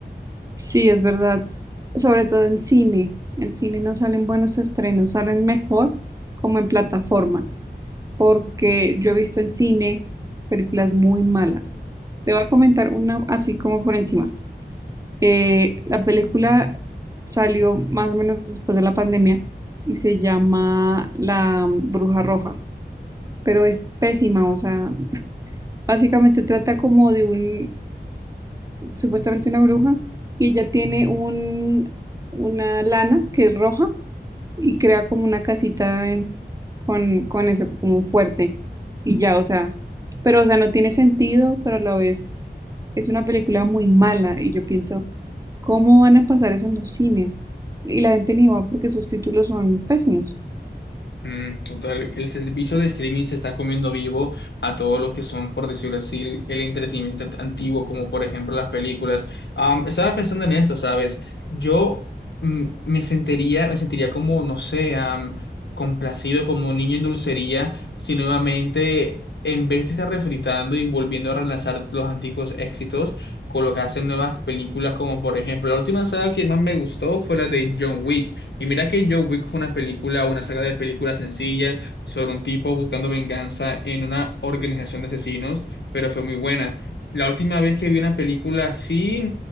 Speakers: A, on the right (about 20°); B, on the left (about 75°).
A: Sí, es verdad, sobre todo en cine. En cine no salen buenos estrenos, salen mejor como en plataformas. porque yo he visto en cine películas muy malas. Te voy a comentar una así como por encima. Eh, la película salió más o menos después de la pandemia y se llama La Bruja Roja, pero es pésima, o sea, básicamente trata como de un, supuestamente una bruja y ella tiene un, una lana que es roja y crea como una casita en- con, con eso, como un fuerte. Y ya, o sea, pero o sea, no tiene sentido, pero a la vez es una película muy mala y yo pienso, ¿cómo van a pasar eso en los cines? Y la gente ni va porque sus títulos son pésimos.
B: Mm, total, el servicio de streaming se está comiendo vivo a todos los que son, por decirlo así, el entretenimiento ant- antiguo, como por ejemplo las películas. Am, estaba pensando en esto, ¿sabes? Yo mm, me sentiría, me sentiría como, no sé, am, complacido, como un niño en dulcería, si nuevamente, en vez de estar refritando y volviendo a relanzar los antiguos éxitos, colocarse en nuevas películas, como por ejemplo, la última saga que más me gustó fue la de John Wick. Y mira que Joe Wick fue una película, una saga de películas sencilla sobre un tipo buscando venganza en una organización de asesinos, pero fue muy buena. La última vez que vi una película así,